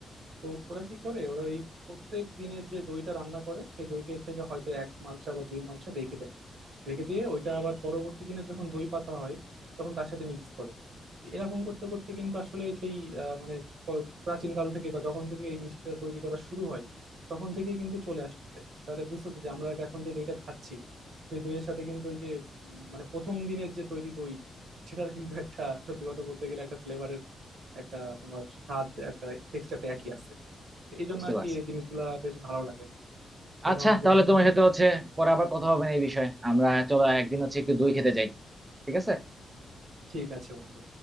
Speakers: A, on the right; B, on the right.
A: তো ওরা কি করে ওরা এই প্রত্যেক দিনের যে দইটা রান্না করে সেই দইটার থেকে হয়তো এক মালসা বা দুই মালসা রেখে দেয় রেখে দিয়ে ওইটা আবার পরবর্তী দিনে যখন দই পাতা হয় তখন তার সাথে মিক্স করে তো এরকম করতে করতে কিন্তু আসলে সেই আহ, মানে প- প্রাচীনকাল থেকে বা যখন থেকে এই মিষ্টিটা তৈরি করা শুরু হয় তখন থেকেই কিন্তু চলে আসছে তাহলে বুঝতেছে যে আমরা এখন যে দইটা খাচ্ছি সেই দইয়ের সাথে কিন্তু ওই যে উম, মানে প্রথম দিনের যে তৈরি দই সেটার কিন্তু একটা সত্যি কথা বলতে গেলে একটা ফ্লেভারের একটা তোমার স্বাদ একটা টেক্সচারটা একই আছে এই জন্য
B: বুঝতে
A: আর
B: পারছি
A: কি এই জিনিসগুলা বেশ ভালো লাগে এই
B: আচ্ছা
A: ধরনের যে
B: তাহলে
A: ঘটনাগুলো
B: তোমার সাথে হচ্ছে পরে আবার কথা হবে না এই বিষয়ে আমরা চলো একদিন হচ্ছে একটু দই খেতে যাই ঠিক আছে
A: ঠিক আছে বন্ধু